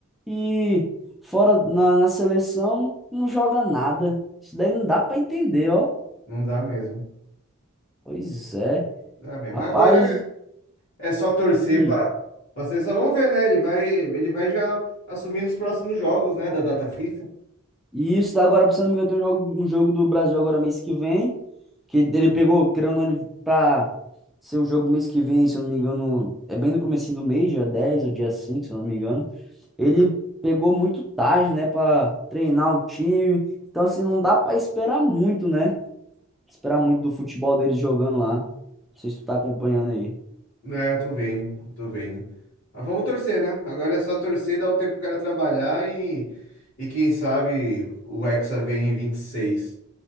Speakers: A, in the centre; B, on the left (about 60°).
A: e fora na, na seleção não joga nada. Isso daí não dá pra entender, ó.
B: Não dá mesmo.
A: Pois é.
B: Dá mesmo.
A: Rapaz,
B: Mas agora é só torcer
A: hum,
B: para a seleção. Vamos ver, né? Ele vai, ele vai já assumir nos próximos jogos, né? Da data FIFA.
A: E isso tá agora, se não me engano, tem um jogo, um jogo do Brasil agora mês que vem, que ele pegou, querendo ou não, ele pra ser o jogo mês que vem, se eu não me engano, é bem no comecinho do mês, dia 10 ou dia 5, se eu não me engano. Ele pegou muito tarde, né, pra treinar o time. Então, assim, não dá pra esperar muito, né? Esperar muito do futebol deles jogando lá. Não sei se tu tá acompanhando aí.
B: É, tô vendo, tô vendo. Mas vamos torcer, né? Agora é só torcer, dar um tempo pro cara trabalhar e, e quem sabe o Hexa vem em 26.